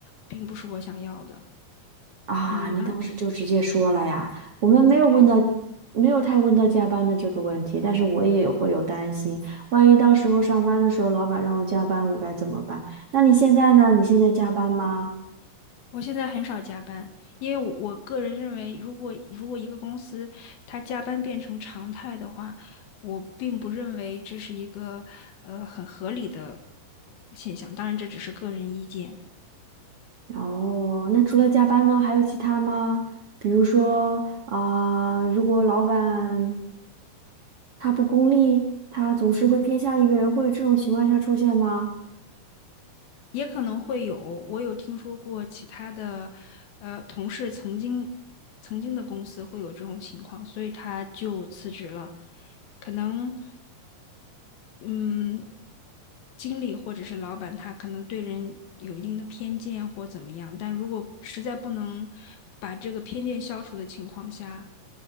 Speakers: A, on the left; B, on the right.
A: 并不是我想要的。
B: 啊，
A: 你呢？
B: 你当时就直接说了呀？我们没有问到，
A: 对，
B: 没有太问到加班的这个问题，但是我也会有担心，万一到时候上班的时候老板让我加班，我该怎么办？那你现在呢？你现在加班吗？
A: 我现在很少加班，因为我我个人认为，如果如果一个公司它加班变成常态的话，我并不认为这是一个呃很合理的现象。当然，这只是个人意见。
B: 哦，那除了加班呢，还有其他吗？比如说啊、如果老板他不功利，他总是会偏向一个人，会有这种情况下出现吗？
A: 也可能会有，我有听说过其他的，呃，同事曾经曾经的公司会有这种情况，所以他就辞职了。可能，嗯，经理或者是老板他可能对人有一定的偏见或怎么样，但如果实在不能把这个偏见消除的情况下，